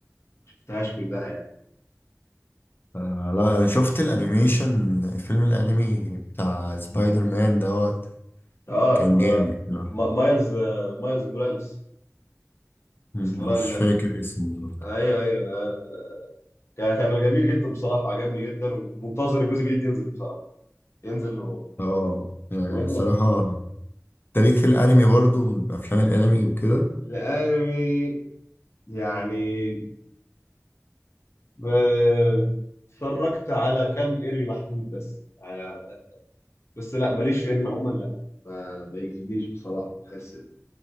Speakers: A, on the left (about 55°); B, on the left (about 40°).
A: ما شفتهاش كلها يعني
B: آه، لا شفت الانيميشن فيلم الانمي بتاع سبايدر مان دوت
A: اه
B: كان
A: آه،
B: جامد بصراحة.
A: ما- مايلز آه، مايلز موراليس
B: مم،
A: الاسمراني
B: مش
A: ده
B: فاكر اسمه بالظبط
A: ايوه ايوه آه. كان كان جميل جدا بصراحه عجبني جدا ومنتظر الجزء الجديد ينزل بصراحه ينزل هو
B: اه يعني
A: طب انت
B: صراحة تاريخ في الانمي برضو افلام الانمي وكده
A: الانمي يعني آه، اتفرجت على كام انمي محدود بس على بس لا ماليش في انمي عموما لا ما ما يجذبنيش بصراحه بحس